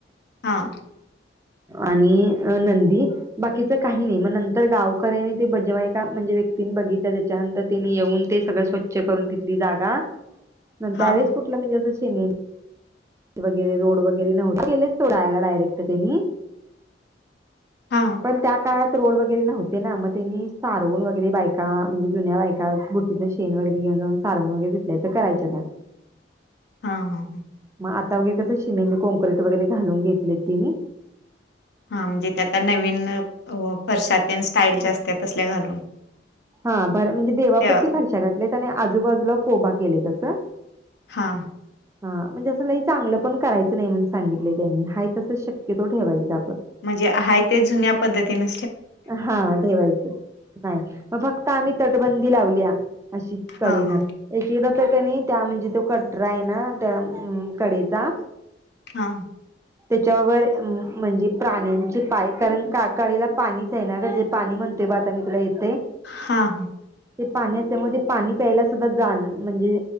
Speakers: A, on the left; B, on the right.
A: हा
B: आणि नंदी बाकीच काही नाही मग नंतर गावकऱ्यांनी ते बजवायका म्हणजे व्यक्तीने बघितलं त्याच्यानंतर तिने येऊन ते सगळे स्वच्छ करून तिथली जागा त्यावेळेस
A: हा
B: कुठलं? म्हणजे <unintelligible> वगैरे रोड वगैरे नव्हते गेलेत सोडायला डायरेक्ट तेनीं
A: हा
B: पण त्या काळात रोड वगैरे नव्हते ना मग त्यांनी सारवून वगैरे बायका म्हणजे जुन्या बायका बुट्टीच शेण वगैरे घेऊन जाऊन सारवून वगैरे घेतय तर करायच्या त्या
A: हा हा हा
B: मग आता वगैर कसं सिमेंट काँक्रीट वगैरे घालून घेतले तिने
A: हा म्हणजे ते आता त्या नवीन फरश्या स्टाईलच्या असत्यात तसल्या घालून
B: हा बरं देवापुरत,
A: त्या
B: फरशा घातल्यात आणि आजूबाजूला कोबा केलाय त्याचा
A: हा
B: हा म्हणजे चांगलं पण नाही करायचं म्हणून सांगितलं त्यांनी आहे तसेच शक्यतो ठेवायचं
A: म्हणजे आहे ते जुन्या पद्धतीन
B: हा ठेवायच नाही मग फक्त आम्ही तटबंदी लावल्या अशी
A: हा
B: कडेन
A: हा
B: एक एकदा तर कणी त्या म्हणजे तो कटरा आहे ना त्या अ म कडेचा
A: हा
B: त्याच्यावर म्हणजे प्राण्यांची पाय कारण काकाळीला पाणी तेना ग जे पाणी म्हणतय ब आता मी तुला येतंय
A: हा हा
B: ते पाणी असल्यामुळे ते पाणी प्यायला सुद्धा जा म्हणजे